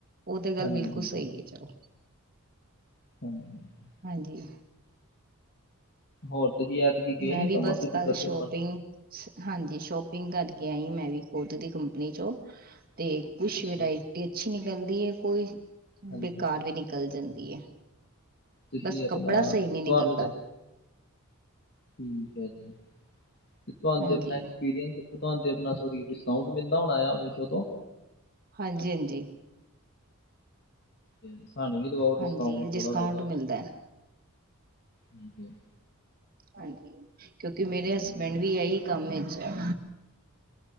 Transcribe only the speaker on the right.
ਉਹ ਤੇ ਗੱਲ
ਬਿਲਕੁਲ
ਸਹੀ ਹੈ। ਚਲੋ,
ਹਾਂਜੀ।
ਮੈਂ
ਵੀ ਬਸ
ਕੱਲ
ਸ਼ੋਪਿੰਗ
ਸ ਹਾਂਜੀ ਸ਼ੋਪਿੰਗ ਕਰਕੇ ਆਈ ਮੈਂ ਵੀ ਖੁਦ ਦੀ ਕੰਪਨੀ 'ਚੋਂ ਤੇ ਕੁਛ
ਵਰਾਇਟੀ ਅੱਛੀ ਨਿਕਲਦੀ ਹੈ ਕੋਈ
ਬੇਕਾਰ ਵੀ ਨਿਕਲ ਜਾਂਦੀ ਹੈ।
ਬਸ
ਕੱਪੜਾ ਸਹੀ ਨਹੀਂ ਨਿਕਲਦਾ।
ਹਾਂਜੀ
ਹਾਂਜੀ- ਹਾਂਜੀ
ਹਾਂਜੀ
ਡਿਸਕਾਊਂਟ
ਮਿਲਦਾ ਹੈ
ਹਾਂਜੀ। ਕਿਉਂਕਿ ਮੇਰੇ ਹਸਬੈਂਡ ਵੀ ਇਹੀ ਕੰਮ ਵਿਚ ਏ।